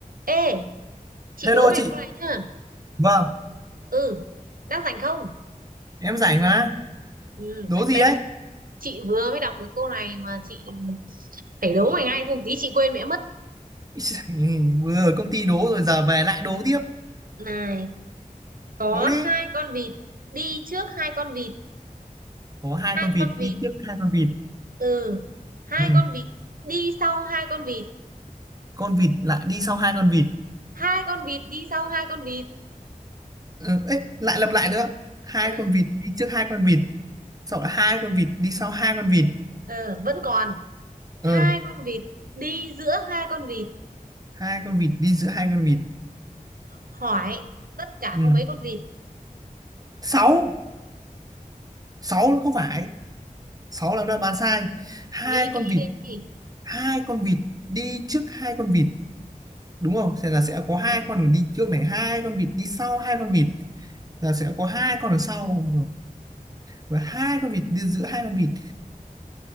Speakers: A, on the right (about 75°); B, on the right (about 25°).
A: Ê, chị
B: Hello
A: đố mày
B: chị,
A: câu này nhá.
B: vâng,
A: Ừ, đang rảnh không?
B: em rảnh mà,
A: Ừ,
B: đố gì
A: tại
B: đấy?
A: vì chị vừa mới đọc được câu này mà chị phải đố mày ngay không tí chị quên mẹ mất.
B: <laughs> Vừa ở công ty đố rồi giờ về lại đố tiếp,
A: Này, có
B: đố đi.
A: hai con vịt đi trước hai con vịt,
B: Có hai
A: hai
B: con vịt
A: con
B: đi
A: vịt.
B: trước hai con vịt,
A: Ừ, hai
B: ừ.
A: con vịt đi sau hai con vịt,
B: Con vịt lại đi sau hai con vịt,
A: hai con vịt đi sau hai con vịt.
B: ừ. Ấy, lại lặp lại nữa. Hai
A: Ừ,
B: con vịt đi trước hai con vịt, sau đó hai con vịt đi sau hai con vịt,
A: ừ, vẫn còn hai
B: ừ.
A: con vịt đi giữa hai con vịt.
B: Hai con vịt đi giữa hai con vịt,
A: Hỏi tất cả
B: ừ.
A: có mấy con vịt?
B: Sáu, sáu nó không phải, sáu là đã bán sai. Hai
A: Nghĩ kỹ
B: con vịt,
A: đi.
B: hai con vịt đi trước hai con vịt đúng không thì là sẽ
A: Đúng
B: có hai
A: rồi.
B: con đường đi trước này hai con vịt đi sau hai con vịt là sẽ có hai con đường sau và hai con vịt đi giữa hai con vịt